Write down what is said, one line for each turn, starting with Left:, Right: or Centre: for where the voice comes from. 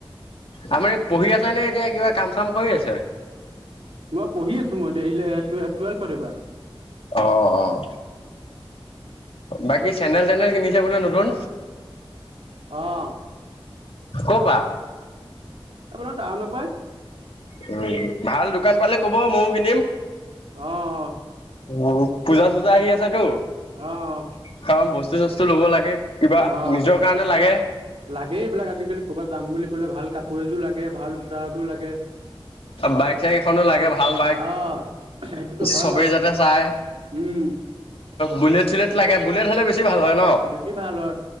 Left: আপোনি পঢ়ি আছেনে এতিয়া? কিবা কাম চাম কৰি আছে?
Right: মই পঢ়ি আছো, মই এতিয়া টুৱে-টুৱেলভ এইবাৰ।
Left: অ'। বাকী চেন্দেল টেন্দেল কিনিছে বোলে নতুন?
Right: অ'।
Left: কৰ পৰা?
Right: আপোনাৰ টাউনৰ পাই।
Left: উম, ভাল দোকান পালে ক'ব ময়ো কিনিম।
Right: অ', অ'।
Left: উম, পূজা চূজা আহি আছেতো।
Right: অ অ
Left: খাম, বস্তু চস্তু ল'ব লাগে, কিবা
Right: অ',
Left: নিজৰ কাৰণে
Right: কাপ
Left: লাগে।
Right: লাগে এইবিলাক আজিকালি ক'ৰবাত যাম বুলি কলে। ভাল কাপোৰ এযোৰ লাগে ভাল জোতা এযোৰ লাগে।
Left: বাইক চাইক এখনো লাগে, ভাল বাইক
Right: অ', সেইটোতো হয়
Left: চবেই
Right: বাৰু
Left: যাতে চাই।
Right: উম,
Left: বুলেট চুলেট লাগে। বুলেট হ'লে বেছি ভাল হয় ন?
Right: বেছি ভাল হয়।